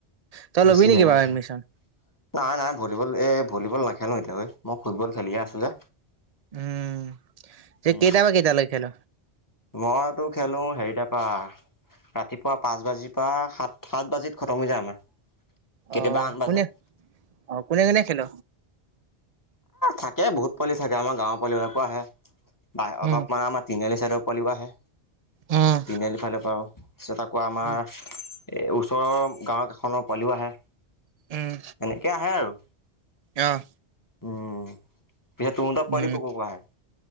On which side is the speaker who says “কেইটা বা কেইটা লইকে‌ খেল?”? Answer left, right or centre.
Right